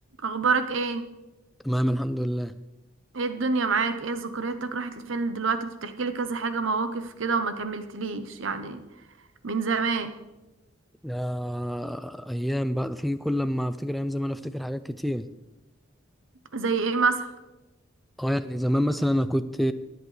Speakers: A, on the right (about 70°); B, in the centre.
A: اخبارك ايه
B: تمام الحمد لله
A: ايه الدنيا معاك ايه ذكرياتك راحت لفين دلوقتي كنت بتحكي لي كذا حاجه مواقف كده وما كملتليش يعني من زمان
B: آه ايام بقى في كل لما افتكر ايام زمان افتكر حاجات كتير
A: زي ايه مثلا
B: اه يعني زمان مثلا انا كنت